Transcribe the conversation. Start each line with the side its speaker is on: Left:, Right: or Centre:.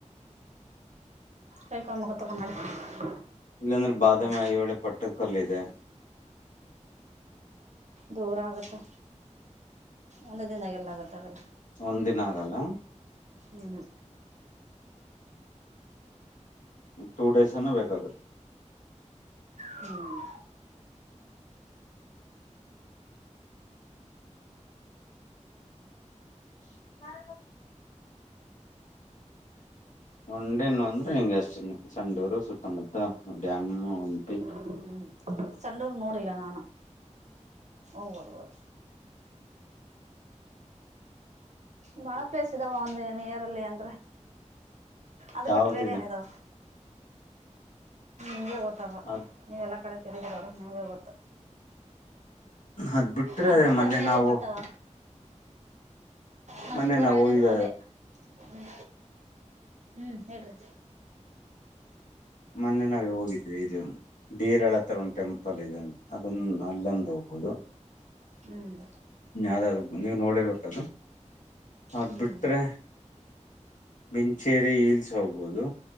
Right: ಕೈಕಾಲ ಮುಖಾ ತಕ್ಕೊಂಡ ಮಾಡಿ ಕೊಡಿಲ
Left: ಇಲ್ಲಾಂದ್ರೆ ಬಾದಾಮಿ
Right: ಮ
Left: ಐಹೊಳೆ ಪಟ್ಟು ಕಲ್ಲ ಇದೆ.
Right: ದೂರಾ ಆಗತ್ತೆ ಒಂದ ದಿನದಾಗ ಎಲ್ಲ ಆಗುತ್ತವೆಲ್ಲ.
Left: ಒಂದಿನ ಆಗಲ್ಲ.
Right: ಹ್ಮ್
Left: ಟು ಡೇಸ್ ಎನ ಬೇಕ ಅದು.
Right: ಹ್ಮ್
Left: <unintelligible> ಒಂಡೆನು ಅಂದ್ರ ನಿಂಗ ಹಚ್ತಿನಿ ಸಂಡೂರು ಸುತ್ತಮುತ್ತ ಡ್ಯಾಮ್ ಹಂಪಿ
Right: <unintelligible> ಸಂಡೂರ ನೋಡಿಲ್ಲ ನಾನು ಓಬರಬೇಕ. ಬಾಳ ಪ್ಲೇಸ್ ಇದಾವ ಒಂದ ನಿಯರಲ್ಲಿ ಅಂದ್ರ ಅದ
Left: ಯಾವ್ದಿದೆ
Right: ಬಿಟ್ಟ ಬೇರೆ ಏನ ಇದಾವ. ನಿಮಗೆ ಗೊತ್ತವ
Left: ಅದ್
Right: ನೀವೆಲ್ಲ ಕಡೆ ತಿರಗಿದೊರು ನಿಮಗೆ ಗೊತ್ತ.
Left: ಅದ್ ಬಿಟ್ರೆ
Right: ನನಗಂತೂ
Left: ಮೊನ್ನೆ
Right: ಅವೇ
Left: ನಾವು
Right: ಬರ್ತಾವ. ನನಗ್
Left: ಮೊನ್ನೆ
Right: ಬರೋ
Left: ನಾವು
Right: ಐಡಿಯಾಗಳು
Left: ಹೋಗಿದ
Right: ಅವೇ ಹ್ಞ ಹ್ಞೂ ಹೇಳ್ರಿ.
Left: ಮೊನ್ನೆ ನಾವೇ ಹೋಗಿದ್ವಿ ಇದ ಒಂದ ಡಿರಳ ಹತರ ಒಂದ ಟೆಂಪಲ್ ಇದೆ ಅದನ್ನ ಅಲ್ಲೊಂದು ಹೋಗ್ಬಹುದು.
Right: ಹ್ಮ್
Left: ಯಾರ್ಯಾರ್ ನೀವ್ ನೋಡಿರ್ಬೇಕದು ಅದ
Right: ಹ್ಮ್
Left: ಬಿಟ್ರೆ ಮಿಂಚೇರಿ ಹಿಲ್ಸ್ ಹೋಗ್ಬೋದು